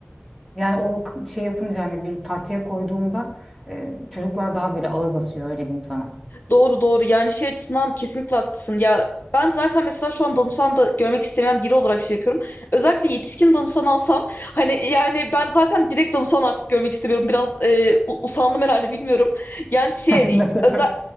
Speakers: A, in the centre; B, on the left.
A: yani onu k- şey yapınca hani bir tartıya koyduğumda e, çocuklar daha böyle ağır basıyor öyle diyeyim sana.
B: Doğru doğru yani şey açısından kesinlikle haklısın ya ben zaten mesela şu an danışan da görmek istemeyen biri olarak şey yapıyorum. Özellikle yetişkin danışan alsam hani yani ben zaten direkt danışan artık görmek istemiyorum. Biraz e, u- usandım herhalde bilmiyorum. Yani şey hani
A: meslekten.
B: özel